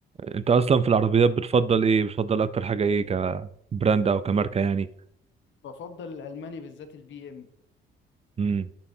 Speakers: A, on the right; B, on the left.
A: انت اصلا في العربيات بتفضل ايه بتفضل اكتر حاجة ايه كبراند او كماركة يعني
B: بفضل الالماني بالذات البي ام
A: امم